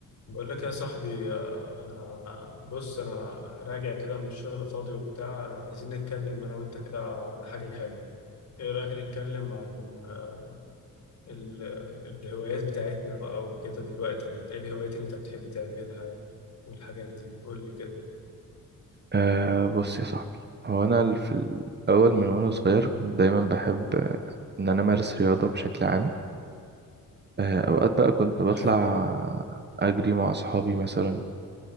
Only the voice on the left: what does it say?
بقول لك يا صاحبي آه، انا بص انا راجع كده من الشغل فاضي وبتاع عايزين نتكلم انا وانت كده على حاجة حلوة ايه رأيك نتكلم عن آه، ال- الهوايات بتاعتنا بقى وكده دلوقتي يعني انت ايه الهوايات اللي انت بتحب تعملها والحاجات دي قول لي كده
ده
حلو ده